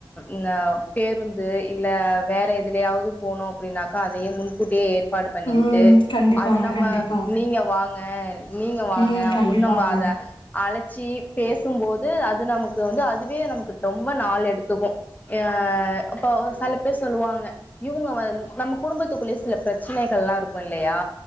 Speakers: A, on the left (about 20°); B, on the left (about 75°).
A: ம் பேருந்து இல்ல வேற எதுலயாவது போணு அப்டின்னாக்கா அதையே முன்கூட்டியே ஏற் பாடு பண்ணிக்கிட்டு
B: ம் கண்டிப்பாங்க
A: அது நம்ம
B: கண்டிப்பா
A: நீங்க வா வாங்க நீங்க வாங்க
B: ம்
A: அப்பினு
B: கண்டிப்பாங்க
A: நம்ம அத அழ ச்சி பேசும்போது அது நமக்கு வந்து அதுவே நமக்கு ரொம்ப நாள் எடுத்துக்கு அ இப்ப சில பேர் சொல்லுவாங்க இவங்க வ நம்ம குடும்பத்துக்குள்ளயே சில பிரச்சனைகெல்லா இருக்கு இல்லயா